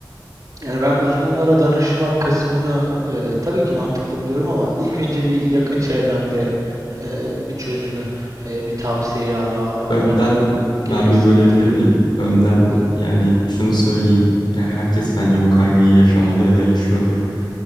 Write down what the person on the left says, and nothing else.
Önden
ben
bir bölebilir miyim? Önden
yani şunu söyleyeyim. Yani herkes bence bu kaygıyı yaşamalı ya da yaşıyordur.